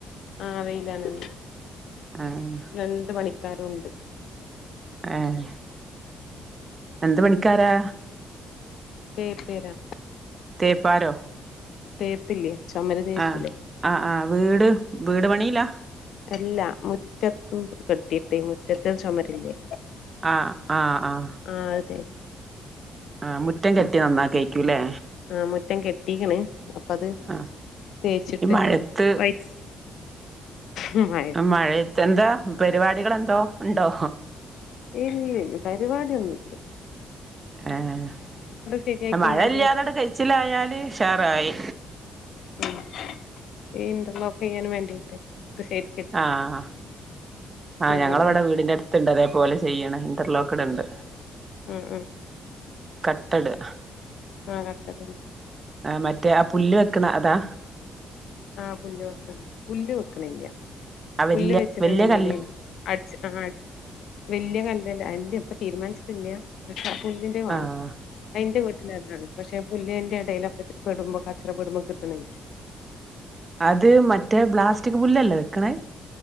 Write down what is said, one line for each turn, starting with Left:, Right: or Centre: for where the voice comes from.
Left: ആഹ് വെയ്ലാണ്ന്ന്
Right: ആഹ്
Left: രണ്ട് പണിക്കാരുണ്ട്
Right: ഏഹ് എന്ത് പണിക്കാരാ?
Left: തേപാരോ
Right: തേപാരോ
Left: തേപ്പില്ലേ ചൊമര് തേക്കൂലേ
Right: ആഹ് ആഹ് ആഹ് വീട് വീട് പണിയിലാ
Left: അല്ല മുറ്റത്ത് കെട്ടീട്ട് മുറ്റത്ത് ചുമരില്ലേ
Right: ആഹ് ആഹ് ആഹ്
Left: ആഹ് അതെ
Right: ആഹ് മുറ്റം കെട്ടി നന്നാക്കേക്കൂല്ലേ
Left: ആ മുറ്റം കെട്ടീക്ക്ണ് അപ്പ അത്
Right: ആഹ്
Left: തേച്ചിട്ട്
Right: ഈ മഴത്ത്
Left: വയ്റ്റ്സ് മ് ഹ്
Right: ആ മഴത്തെന്താ പരിപാടികൾ എന്തോ ഉണ്ടോ
Left: ഇല്ലേയ് പരിപാടി ഒന്നൂല്ല
Right: ഏഹ്
Left: ശരിയാക്കിങ്ങാണ്ട്
Right: മഴ ഇല്ലാതട് കൈച്ചിലായാല് ഉഷാറായി
Left: മ് ഈ ഇന്റർലോക്ക് ചെയ്യാൻ വേണ്ടീട്ട് അ ശരി
Right: ആഹ്
Left: ചെയ്യല്ല
Right: ഞങ്ങളവിടെ വീടിന്റെ അടുത്ത് ത്ണ്ട് അതേപോലെ ചെയ്യണ് ഇന്റർലോക്ക്ട്ണ്ട്
Left: മ് മ്
Right: കട്ടട്
Left: ആ കട്ടടന്നെ
Right: ആ മറ്റേ ആ പുല്ല് വെക്കണ അതാ
Left: ആ പുല്ല് വെക്കണ പുല്ല് വെക്കണില്ല
Right: ആ വല്യ
Left: പുല്ല് വെച്ചിട്ടുണ്ടെങ്കില്
Right: വല്യ കല്ല്
Left: അട്ച്ച് ആ വല്യ കല്ല് അല്ല ഇപ്പ തീരുമാനിച്ചിട്ടില്ല പുല്ലിന്റെ വാണ്ട
Right: ആഹ്
Left: ആഹ് ഇന്റെ വീട്ടിലതാണ് പക്ഷെ പുല്ലിന്റെ ഇടയിലൊക്കെ പെടുമ്പോ കച്ചറ പെടുമ്പോ കിട്ടണില്ല
Right: അത് മറ്റേ ബ്ലാസ്റ്റിക് പുല്ലല്ലേ വെക്കണത്